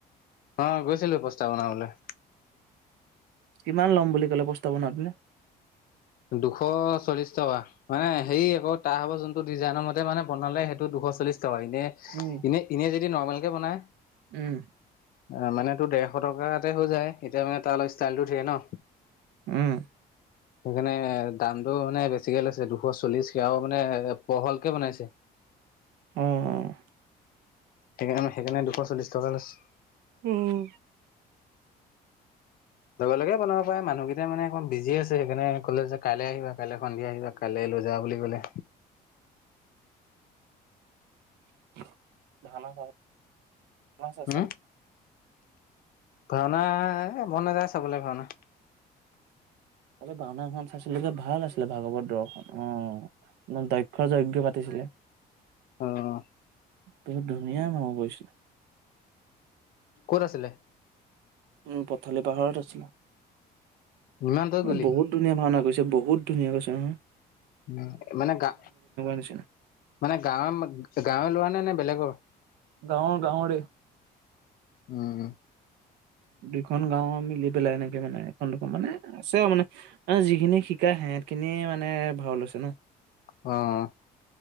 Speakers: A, on the left (about 60°); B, on the right (about 85°).
A: অ গৈছিলো প্ৰস্তা বনাবলৈ।
B: কিমান ল'ম বুলি ক'লে প্ৰস্তাব তেনে।
A: দুশ চল্লিছ টকা মানে হেৰি আকৌ তাহ হ'ব যোনটো ডিজাইনৰ মতে মানে বনালে সেইটো দুশ চল্লিছ <unintelligible> এনে -
B: উম
A: ইনে-ইনে যদি নৰ্মেল কে বনায় অ,
B: উম
A: মানে তোৰ ডেৰশ টকাতে হৈ যায় এতিয়া মানে তাৰ অলপ ষ্টাইলটো ধেৰ ন?
B: উম,
A: সেইকাৰণে দামটো মানে বেছিকে লাগৈছে দুশ চল্লিশ ক আৰু মানে পহলকে বনাইছে। <inaudible>
B: অ', অ',
A: সেইকাৰণে-সেইকাৰণে দুশ চল্লিছ টকা লৈছে।
B: উম।
A: লগে লগে বনাব প মানুহকেইটা মানে অকমান বিজি আছে। সেইকাৰে কলে যে কাইলৈ আহিবা কাইলৈ সন্ধিয়া আহিবা কাইলৈ। লৈ যা বুলি ক'লে।
B: <unintelligible>
A: উম ভাওনা মন নাযায় চাবলৈ ভাওনা
B: কালি বওনা এখন চাইছিলকে ভাল আছিলে ভাগৱত দৰ্শন আহ দক্ষ যজ্ঞ পাতিছিলে
A: আহ
B: বহুত ধুনীয়া মহ কৰিছিলো
A: ক'ত আছিলে?
B: উম, পথালি পাহাৰৰত আছিল
A: ইমান দূৰত গলি
B: এ বহুত ধুনীয়া ভাওনা কৰিছিল বহুত ধুনীয়া কৈছে নয়
A: উম, মানে গা
B: নিচিনা।
A: মানে গাঁৱৰ গাঁৱে লোৰা নে- নে বেলেগৰ?
B: গাঁৱৰ গাঁৱৰে
A: উম।
B: দুইখন গাঁওৰ মিলি পেলাই এনেকে মানে এখন দুখ মানে আছে আৰু মানে যিখিনি শিকা আহে <unintelligible> কিনিয়ে মানে ভাওল হৈছে ন?
A: অ',